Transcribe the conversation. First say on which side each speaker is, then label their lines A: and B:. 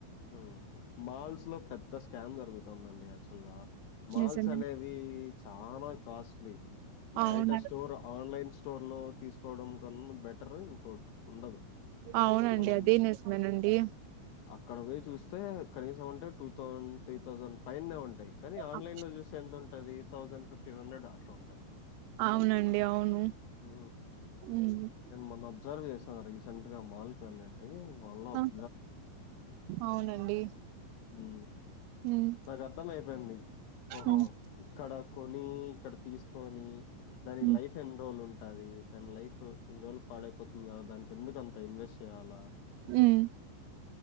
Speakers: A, on the left; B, on the right.
A: ఉ మాల్స్ లో పెద్ద స్కామ్ జరుగు జరుగుతుందడి యాక్చువల్గా మాల్స్
B: నిజమే
A: అనేవి చాలా కాస్ట్లీ బయట
B: అవును
A: స్టోర్ ఆన్లైన్స్ స్టోర్ లో తీసుకోవడం కన్నా బెటర్ ఇంకోట్ ఉండదు
B: అవునండి
A: మనం
B: అదే నిజమేనండి
A: అక్కడ పోయి చూస్తే కనీసం అంటే టూ థౌసండ్ త్రీ థౌసండ్ పైన్నే ఉంటాయి కానీ ఆన్లైన్
B: అ-
A: లో చూస్తే ఎంత ఉంట ఉంటది దతౌసండ్ ఫిఫ్టీన్ హండ్రెడ అట్లా ఉంటది
B: అవునండి అవును
A: ఊ
B: ఉమ్
A: నేను మొన్న అబ్జర్వ్ చేస్థన్న రీసెంట్ గా మాల్కు వెళ్ళింటే ఏ అల్లప్
B: ఆ అవునండి
A: ఊ
B: ఉమ్
A: నాకు అర్థం అయిపోయింది ఓహో
B: ఉమ్
A: ఇక్కడ కొని ఇక్కడ తీసుకొనీ దానికి
B: ఉమ్
A: లైఫ్ ఎన్ని రోజులుంటుంది. టాది దాని లైఫ్ ఇన్ని రోజులు పాడైపోతుంది కాదా దానికి ఎందుకుంత ఇన్వెస్ట్ చేయాల
B: ఉమ్,